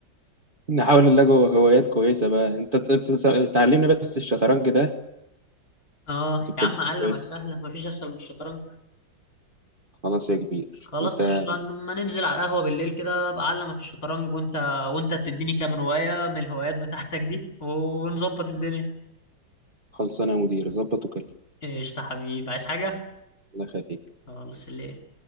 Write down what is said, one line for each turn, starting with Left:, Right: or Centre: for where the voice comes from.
Right: نحاول نلاقي هوايات كويسة بقى أنت ت- ت- تعلمني بس الشطرنج ده
Left: اه
Right: وتبقى
Left: يا عم
Right: الدنيا
Left: علمك
Right: كويسة
Left: سهله مفيش اسهل من الشطرنج
Right: خلاص يا كبير شوف
Left: خلاص
Right: أنت
Left: قشطه ما ننزل على القهوه بالليل كده ابقى اعلمك الشطرنج وانت وانت تديني كام روايه من الهوايات بتاعتك دي ونظبط الدنيا
Right: خلصانه يا مدير ظبط وكلمني
Left: قشطة حبيبي عايز حاجة؟
Right: الله يخليك
Left: خلاص ليه